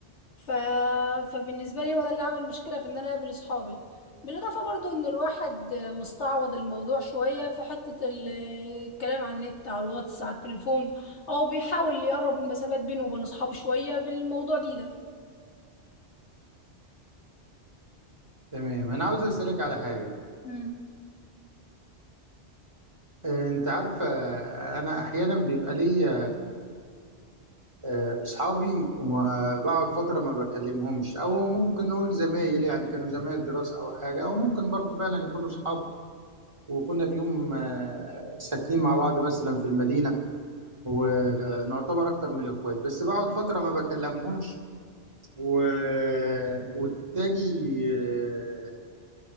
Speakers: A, on the left; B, on the right.
A: ف... فبالنسبة لي هو ده اللي عمل مشكلة في ان انا اقابل اصحابي بالاضافة برضو ان الواحد مستعوض الموضوع شوية في حتة ال- الكلام على النت على الواتس على التليفون او بيحاول يقرب المسافات بينه وبين اصحابه شوية بالموضوع دي
B: تمام انا عاوز اسألك على حاجة
A: ده
B: آه، انت عارفة آه، انا احيانا بيبقى ليا آه، اصحابي وبقعد فتره ما بكلمهمش او ممكن نقول زمايل يعني كانوا زمايل دراسه او حاجه او ممكن برضو فعلا يكونوا اصحاب وكنا في يوم آه، ساكنين مع بعض مثلا في المدينه ونعتبر اكتر من الاخوات بس بقعد فتره ما بكلمهمش و... وتاجي آه،